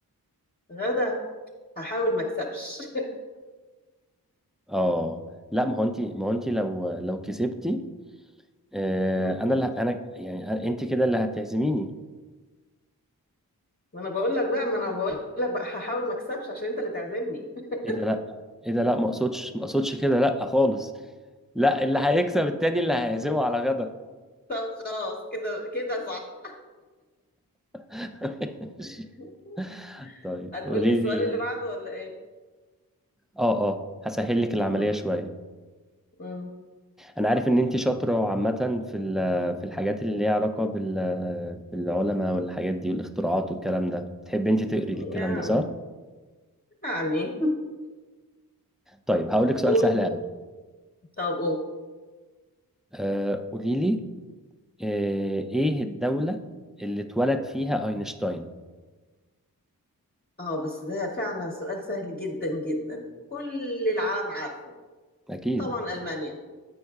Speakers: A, on the left; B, in the centre.
A: غدا هحاول ما اكسبش <laughs>
B: اه لا ما هو انت ما هو انت لو لو كسبتي آه
A: مم.
B: انا اللي ه- انا يعني انت كده اللي هتعزميني
A: ما انا بقول لك بقى ما انا بقول لك بقى هحاول ما اكسبش عشان انت اللي تعزمني <laughs>
B: ايه ده لا ايه ده لا ما اقصدش ما اقصدش كده لا خالص لا اللي هيكسب التاني اللي هيعزمه على غدا
A: طب خلاص كده كده صح
B: <laughs> ماشي.
A: <laughs>
B: طيب
A: هتقولي
B: قولي
A: السؤال
B: لي
A: اللي بعده ولا ايه
B: اه اه هسهل لك العملية
A: مم.
B: شوية
A: مم.
B: انا عارف ان انت شاطره عامه في ال- في الحاجات اللي ليها علاقه بال- بالعلماء والحاجات دي والاختراعات والكلام ده بتحبي انت تقري الكلام
A: يعني
B: ده صح
A: يعني
B: طيب هقول لك سؤال
A: قول
B: سهل قوي
A: طب قول
B: آه قولي لي آه ايه الدوله اللي اتولد فيها اينشتاين
A: اه بس ده فعلا سؤال سهل جدا جدا كل العالم عارفه
B: اكيد
A: طبعا المانيا